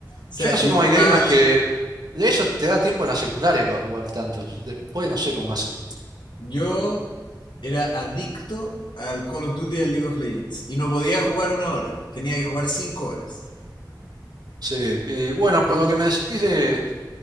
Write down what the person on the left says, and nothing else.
sea,
yo
jugaba.
li-
Yo era adicto al Call of Duty y al League of Legends. Y no podía jugar una hora. Tenía que jugar cinco horas.